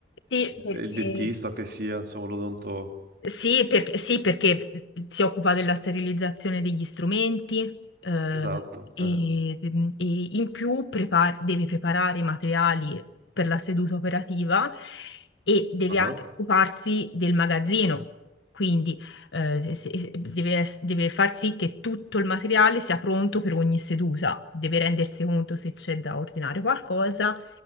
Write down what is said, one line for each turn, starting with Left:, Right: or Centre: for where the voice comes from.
Left: sì,
Right: il,
Left: perché
Right: il dentista che sia, insomma, l'odonto.
Left: Sì, perché, sì, perché si occupa della sterilizzazione degli strumenti eh,
Right: Esatto.
Left: e,
Right: eh.
Left: mm, e in più prepa- deve preparare i materiali per la seduta operativa e deve
Right: Ah,
Left: anche occuparsi del magazzino. Quindi eh, se- deve, ess- deve far sì che tutto il materiale sia pronto per ogni seduta, deve rendersi conto se c'è da ordinare qualcosa